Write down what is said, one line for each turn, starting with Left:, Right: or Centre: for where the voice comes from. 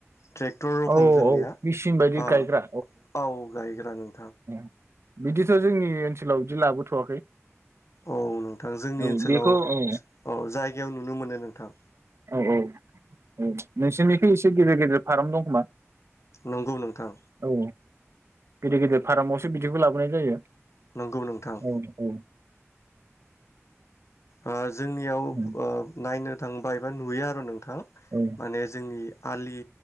Left: ट्रेक्टर रखम
Right: औ
Left: जोंनिया
Right: औ मेचिन बायदि
Left: ओ
Right: गायग्रा
Left: औ गायग्रा नों
Right: <inaudible> बिदिथ' जोंनि ओनसोलाव बिदि लाबोथ'वाखै।
Left: औ नोंथां जोंनि
Right: औ
Left: ओनसोलाव
Right: बेखौ औ
Left: औ जायगायाव नुनो मोनो नोंथां।
Right: औ औ औ नोंसोरनिख एसे गेदेर गेदेर फार्म दं खोमा?
Left: नंगौ नोंथां
Right: औ गिदिर गिदिर फारामावसो बिदिखौ लाबोनाय जायो।
Left: नंगौ नोंथां
Right: औ औ
Left: ओ जोंनियाव
Right: औ
Left: ओ नायनो थांबाय एबा नुयो आरो नोंथां
Right: औ
Left: माने जोंनि आलि